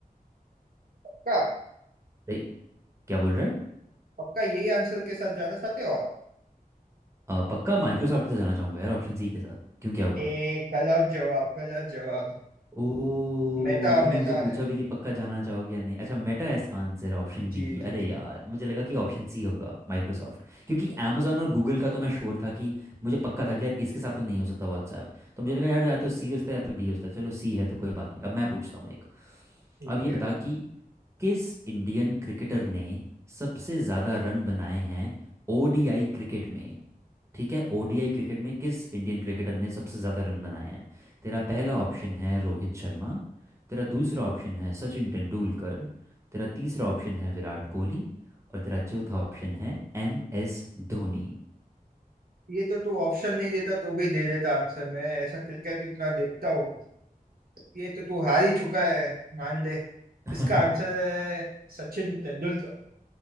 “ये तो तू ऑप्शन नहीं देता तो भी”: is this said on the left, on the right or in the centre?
Right